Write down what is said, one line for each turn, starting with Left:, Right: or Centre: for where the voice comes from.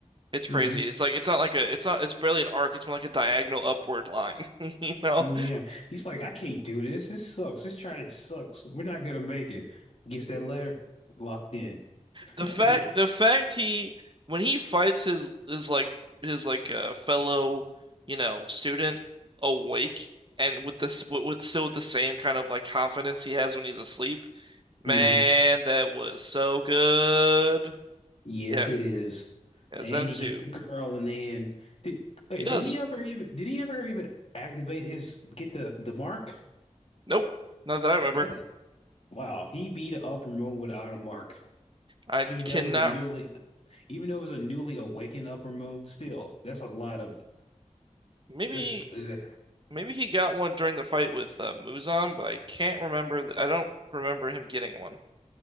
Right: It's crazy.
Left: hmm
Right: It's like it's not like a it's not it's barely an arc. It's more like a diagonal upward line. <laughs> You know?
Left: Yeah. He's like, I can't do this. This sucks. This trying sucks. We're not gonna make it. Gets that letter, locked in. <laughs>
Right: The
Left: hmm
Right: fact the fact he when he fights his his like his like uh, fellow you know student awake and with this with, with still with the same kind of like confidence he has when he's asleep man
Left: hmm
Right: that was so good
Left: Yes,
Right: yeah,
Left: it is.
Right: yeah
Left: And
Right: Zen 2
Left: he gets the girl and then did hey,
Right: he does
Left: did he ever even did he ever even activate his get the the mark?
Right: nope not that I remember
Left: That wow, he beat an upper moon without a mark.
Right: I
Left: Even
Right: cannot
Left: though it was a newly even though it was a newly awakened upper moon, still, that's a lot of
Right: maybe
Left: Let's. uh,
Right: maybe he got one during the fight with uh, Muzan but I can't remember th- I don't remember him getting one